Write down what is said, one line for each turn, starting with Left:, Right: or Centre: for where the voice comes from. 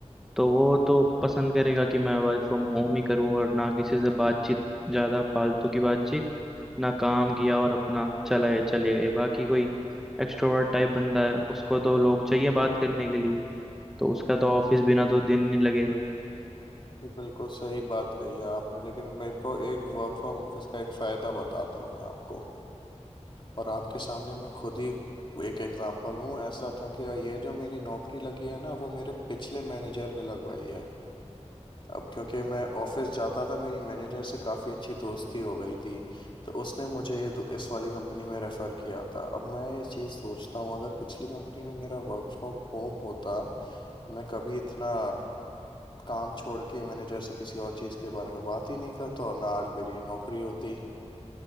Centre: तो वो तो पसंद करेगा कि मैं वर्क फ्रॉम होम ही करूँ और ना किसी से बातचीत ज़्यादा फालतू की बातचीत ना काम किया और अपना चला चले गए बाकी कोई एक्सट्रोवर्ट टाइप बंदा है उसको तो लोग चाहिए बात करने के लिए तो उसका तो ऑफिस बिना तो दिन नहीं लगेगा
Left: ये बिल्कुल सही बात कही है आपने लेकिन मेरे को एक वर्क फ्रॉम ऑफिस का एक फ़ायदा बताता हूँ मैं आपको और आपके सामने मैं खुद ही एक एग्जांपल हूँ ऐसा था कि ये जो मेरी नौकरी लगी है ना वो मेरे पिछले मैनेजर ने लगवाई है अब क्योंकि मैं ऑफिस जाता था मेरी मैनेजर से काफ़ी अच्छी दोस्ती हो गई थी तो उसने मुझे ये दो- इस वाली कंपनी में रेफ़र किया था अब मैं ये चीज़ सोचता हूँ अगर पिछली कंपनी में मेरा वर्क फ्रॉम होम होता मैं कभी इतना काम छोड़ के मैनेजर से किसी और चीज़ के बारे में बात ही नहीं करता और ना आज मेरी ये नौकरी होती